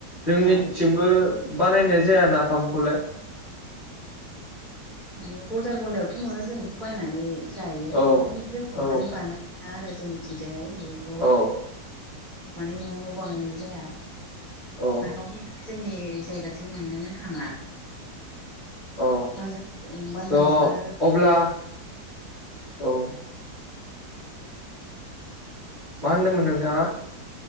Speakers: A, on the left (about 30°); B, in the centre.
A: जोंनिथिंबो
B: जाया इदि
A: बानायनाय जाया ना फ्खौलाय।
B: माने बजार गलायावथ' मोनो जों बेखौ बायनानै। जायो
A: औ
B: दोनजोंबो
A: औ
B: मानि बानाया आरो जोंनिथिंजायहाय बेखौ
A: औ
B: माने न' न' बानायनाय जाया
A: औ
B: नाफामखौ जोंनि जायगासो मोननोनो थाङा।
A: औ
B: बाजार बाजाराव
A: थ'
B: आरो
A: अब्ला औ मा होनदोंमोन नोंथाङा?